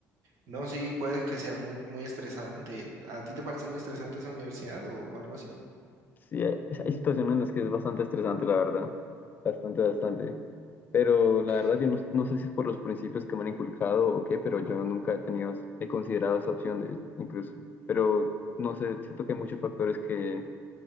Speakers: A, on the right; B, on the left.
A: No, sí, puede que sea muy, muy estresante. ¿A ti te parece muy estresante esa universidad o, o algo así?
B: Sí, hay, hay situaciones en las que es bastante estresante, la verdad. Bastante, bastante. Pero la
A: Ok.
B: verdad, yo no, no sé si es por los principios que me han inculcado o qué, pero yo nunca he tenido, he considerado esa opción de, incluso. Pero no sé, siento que hay muchos factores que,